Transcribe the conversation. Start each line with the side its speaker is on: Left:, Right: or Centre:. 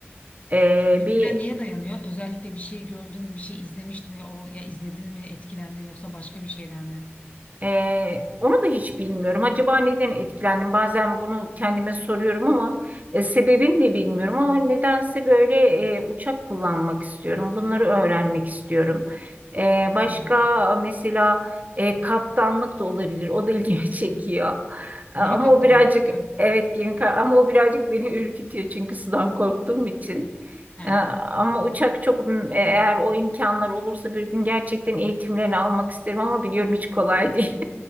Right: Ee,
Left: Mesela
Right: bir
Left: neye dayanıyor? Özellikle bir şey gördün, bir şey izlemiştin mi? O ya izledin mi, etkilendin yoksa başka bir şeyden mi?
Right: Ee, onu da hiç bilmiyorum. Acaba neden etkilendim? Bazen bunu kendime soruyorum ama e, sebebini de bilmiyorum. Ama nedense böyle e, uçak kullanmak istiyorum. Bunları öğrenmek istiyorum. Ee, başka
Left: Hı.
Right: mesela e, kaptanlık da olabilir. O da ilgimi <laughs> çekiyor. E,
Left: Gemi
Right: Ama
Left: kaptanı
Right: o birazcık
Left: değil mi?
Right: evet gemi ka- ama o birazcık beni ürkütüyor çünkü sudan korktuğum için.
Left: He.
Right: Ee, Ama uçak çok eğer o imkanlar olursa bir gün gerçekten eğitimlerini almak isterim ama biliyorum hiç kolay değil.